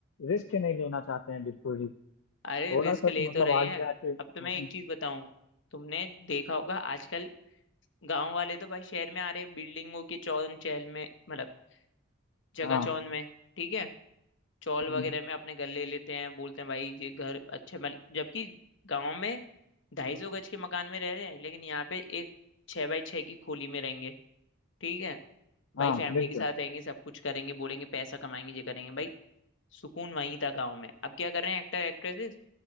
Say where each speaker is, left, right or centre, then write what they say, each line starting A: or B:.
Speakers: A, on the left (about 80°); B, on the left (about 70°).
A: रिस्क नहीं लेना चाहते हैं बिल्कुल ही
B: अरे
A: थोड़ा
B: रिस्क
A: सा
B: ले
A: तो
B: तो
A: मतलब
B: रहे
A: आगे
B: हैं
A: आके सोचें।
B: अब तो मैं एक चीज बताऊं तुमने देखा होगा आजकल गांव वाले तो भाई शहर में आ रहे हैं बिल्डिंगों के चौन चहल में मतलब जगह
A: हाँ
B: चौन में ठीक है चौल
A: हम्म,
B: वगैरह में अपने गले लेते हैं बोलते हैं भाई ये घर अच्छे बन जबकि गांव में ढाई सौ गज के मकान में रह रहे हैं लेकिन यहाँ पे एक छह बाई छह की खोली में रहेंगे ठीक है भाई
A: हाँ
B: फैमिली
A: बिल्कुल
B: के साथ रहेंगे सब कुछ करेंगे बोलेंगे पैसा कमाएंगे ये करेंगे भाई सुकून वहीं था गांव में अब क्या कर रहे हैं एक्टर एक्ट्रेसेस